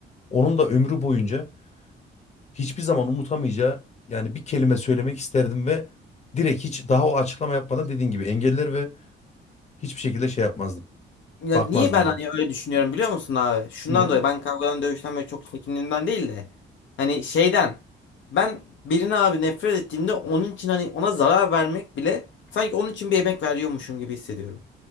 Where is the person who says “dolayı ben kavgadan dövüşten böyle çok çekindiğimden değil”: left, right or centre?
Left